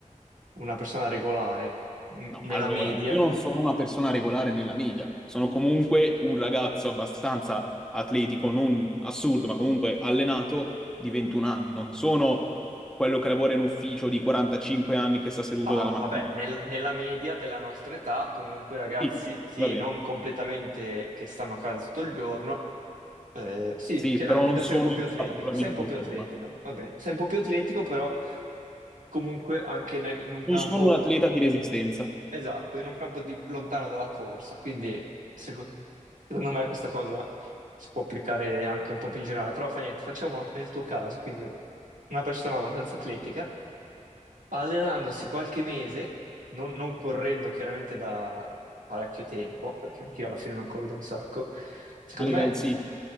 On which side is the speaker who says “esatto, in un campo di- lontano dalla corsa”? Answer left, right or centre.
Right